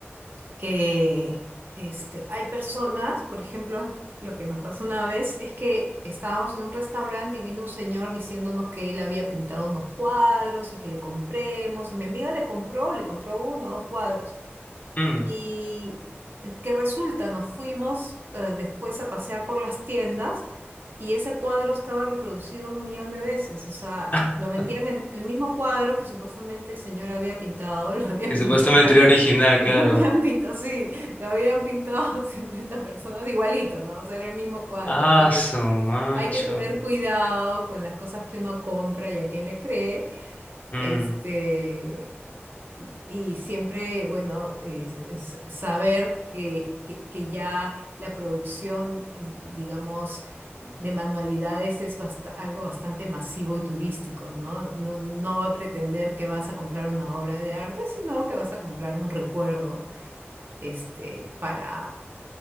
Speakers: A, on the right; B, on the left.
A: que este, hay personas, por ejemplo, lo que nos pasó una vez es que estábamos en un restaurante y vino un señor diciéndonos que él había pintado unos cuadros y que le compremos. Y mi amiga le compró, le compró uno o dos cuadros.
B: Mm.
A: Y que resulta, nos fuimos eh, después a pasear por las tiendas. Y ese cuadro estaba reproducido un millón de veces, o sea,
B: <laughs>
A: lo vendían en el mismo cuadro que supuestamente el señor había pintado, <laughs> lo habían
B: Que supuestamente
A: pintado
B: era original,
A: <laughs>
B: claro.
A: Lo habían pintado, sí, lo habían pintado <laughs> 50 personas igualito, ¿no? O sea, era el mismo cuadro.
B: Ah,
A: Entonces,
B: su macho.
A: hay que tener cuidado con las cosas que uno compra y a quién le cree.
B: Mm,
A: Este, y siempre, bueno, es- es saber que, que, que ya la producción, eh, digamos, de manualidades es basta- algo bastante masivo y turístico, ¿no? No, no va a pretender que vas a comprar una obra de arte, sino que vas a comprar un recuerdo este, para...